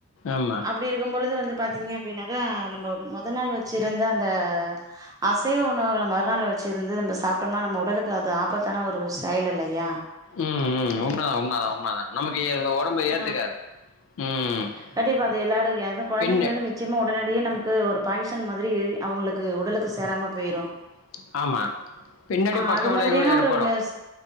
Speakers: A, on the left (about 60°); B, on the right (about 15°).
A: ஆமாம்
B: அப்பிடி இருக்கு பொழுது வந்து பாத்தீங்க அப்பிடின்னாக்கா நம்ம முத நாள் வச்சிருந்த அந்த அசைவ உ ணவுகள மறுநாள் வச்சிருந்து இந்த சாப்பிட்டோம்னா நம்ம உடலுக்கு அது ஆபத்தான ஒரு செயல் இல்லையா
A: ம் ம் உண்மதா உண்மதா உண்மதா நமக்கு எங்க ஒடம்பு
B: ஆ
A: ஏத்துக்காது ம்
B: கண்டிப்பா அது எல்லாரு
A: வெளிப்படையா
B: எத கொழந்தைங்களுக்கு
A: பின்ன இப்போ
B: நிச்சயமா உடனடியே நமக்கு ஒரு பாகிஸ்தான் மாதிரி அவுங்களுக்கு உடலுக்கு சேராம
A: ஸ்நாக்ஸ் வாங்கி
B: போயிரு
A: சாப்பிட்டது உடலுக்கு சேராது. ஆமா பின்னாடி
B: ஆ
A: பக்க
B: அது
A: விளைவுகள்
B: மாதிரியான
A: ஏற்படு
B: ஒரு வினஸ்